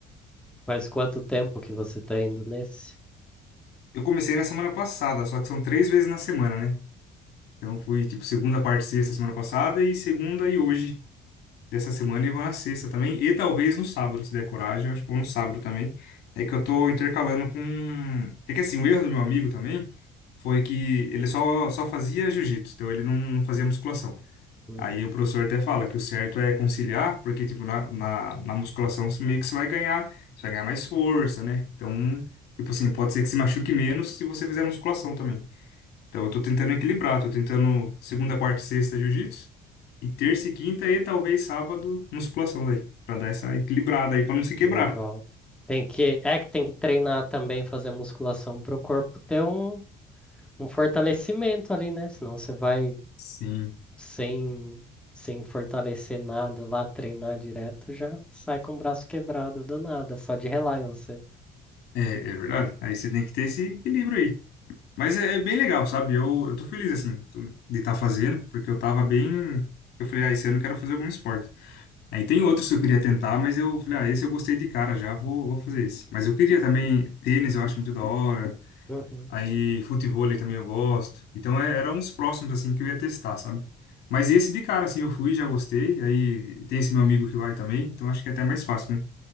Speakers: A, in the centre; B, on the left.
A: Faz quanto tempo que você tá indo nesse?
B: Eu comecei na semana passada, só que são três vezes na semana, né? Então fui tipo segunda, quarta, e sexta semana passada e segunda e hoje dessa semana e vou na sexta também. E talvez no sábado, se der coragem, eu acho que vou no sábado também. É que eu tô intercalando com. É que assim, o erro do meu amigo também foi que ele só, só fazia jiu-jitsu, então ele não, não fazia musculação.
A: Uhum.
B: Aí o professor até fala que o certo é conciliar, porque, tipo, na, na, na musculação você meio que você vai ganhar, você vai ganhar mais força, né? Então, tipo assim, pode ser que se machuque menos se você fizer musculação também. Então, eu tô tentando equilibrar, tô tentando segunda, quarta e sexta jiu-jitsu, e terça e quinta e talvez sábado musculação daí, pra dar essa equilibrada aí, pra não se quebrar.
A: Legal. Tem que, é que tem que treinar também, fazer musculação para o corpo ter um um fortalecimento ali, né? Senão você vai
B: Sim,
A: sem, sem fortalecer nada lá, treinar direto, já sai com o braço quebrado do nada, só de relar em você.
B: é, é verdade. Aí você tem que ter esse equilíbrio aí. Mas é, é bem legal, sabe? Eu, eu tô feliz, assim, tô- de estar fazendo, porque eu tava bem. Eu falei, ah, esse ano eu quero fazer algum esporte. Aí tem outros que eu queria tentar, mas eu falei, ah, esse eu gostei de cara já, vou, vou fazer esse. Mas eu queria também tênis, eu acho muito da hora.
A: Uhum,
B: Aí futevôlei também eu gosto. Então é, eram uns próximos, assim, que eu ia testar, sabe? Mas esse de cara, assim, eu fui, já gostei. Aí tem esse meu amigo que vai também, então acho que é até mais fácil, né?